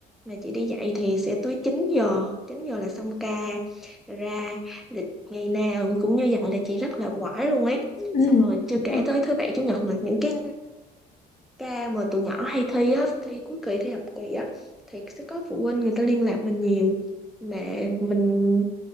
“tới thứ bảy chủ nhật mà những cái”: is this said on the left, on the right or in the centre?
Centre